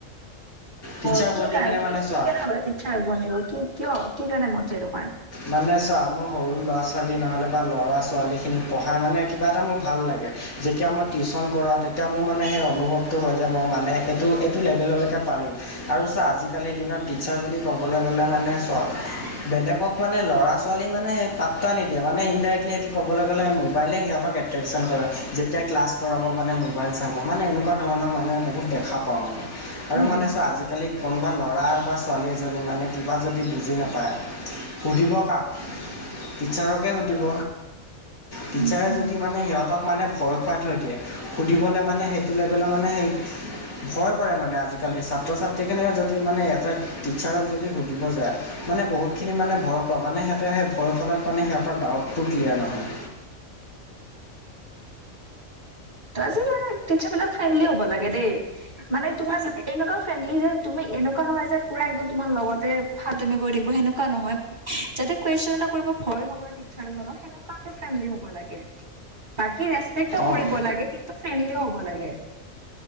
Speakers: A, on the left; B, on the right.
A: টিচাৰ
B: অ কি
A: বনি
B: কাৰণ
A: কিনে
B: তুমি
A: মানে
B: কি
A: চোৱা
B: কাৰণ ইচ্ছা বনিব কি কিয় কি কাৰণে মন যায় তোমাৰ?
A: মানে চা, মোৰ সৰু ল'ৰা-ছোৱালী নহ'লে বা ল'ৰা ছোৱালীখিনিক পঢ়াই মানে কিবা এটা মোৰ ভাল লাগে যেতিয়া মই টিউশচন কৰাও তেতিয়া মোৰ মানে সেই অনুভৱটো হয় যে মই মানে এইটো-এইটো লেভেললৈকে পাৰিম। আৰু চোৱা আজিকালিৰ দিনত ৰ্টিচাৰ বুলি ক'বলৈ গ'লে মানে চোৱা বেলেগ হওক মানে ল'ৰা-ছোৱালী মানে পাতা নিদিয়ে মানে ইন্দাৰিকলি ক'বলৈ গ'লে মোবাইলে সিহতৰ একট্ৰেছন কৰে। যেতিয়া ক্লাছ কৰা মানে মোবাইল চাব, মানে এনেকুৱা ধৰণৰ মানে বহুত দেখা পাও মানে আৰু
B: উম
A: মানে
B: উম
A: চোৱা আজিকালি কোনোবা ল'ৰা বা ছোৱালী এজনী মানে কিবা যদি বুজি নাপায়- সুধিব কাক টিচাৰকে সুধিব। টিচাৰে
B: উম উম
A: যদি মানে সিহঁতক- মানে ভয় খুৱাই থৈ দিয়ে, সুধিবলৈ মানে সেইটো লেভেলৰ মানে সেই- ভয় কৰে মানে আজিকালি ছাত্ৰ ছাত্ৰীখিনিও যদি মানে এটা টিচাৰক যদি সুধিব যায় মানে বহুতখিনি মানে ভয় কৰে, মানে সিহঁতে সেই ভয়ৰ ফলত মান সিহঁতৰ ডাউটটো ক্লিয়াৰ নহয়
B: ত আজিকালি টিচাৰবিলাক ফ্ৰেণ্ডলি হব লাগে দেই মানে তোমাৰ যাতে এনেকুৱা ফ্ৰেণ্ডলি যে তুমি এনেকুৱা নহয় যে পুৰা একদম তোমাৰ লগতে ফাল্টুমি কৰি থাকিব সেনেকুৱা নহয়, যাতে কুৱেশন এটা কৰিব ভয় নকৰে টিচাৰজনক সেনেকুৱাকে ফ্ৰেণ্ডলি হব লাগে, বাকী ৰেচপেক্টও
A: অঁ
B: কৰিব লাগে কিন্তু ফ্ৰেণ্ডলিও হব লাগে